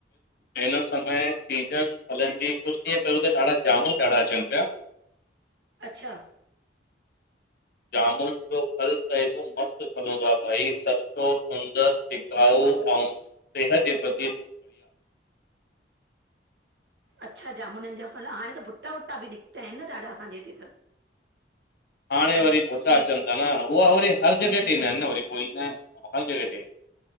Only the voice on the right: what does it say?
अच्छा
अच्छा जामुनन जा फल हाणे त भुटा भुटा वुटा बि निकता आहिन ॾाढा असांजे हिते त।
स्वीट
जी जी
जी